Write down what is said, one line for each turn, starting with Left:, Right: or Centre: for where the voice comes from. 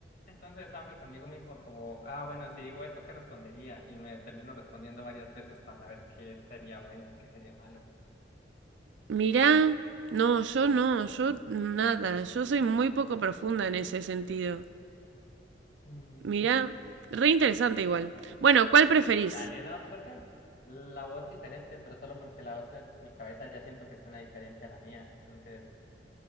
Left: Entonces hablo conmigo mismo como, ah, bueno, si digo esto, ¿qué respondería? Y me termino respondiendo varias veces para saber qué sería bueno o qué sería malo.
Right: Mirá, no, yo no, yo nada, yo soy muy poco profunda en ese sentido.
Left: Mm,
Right: Mirá, re interesante igual. Bueno, ¿cuál preferís?
Left: Dale, no, creo que la voz diferente, pero solo porque la voz de mi cabeza ya siento que suena diferente a la mía, entonces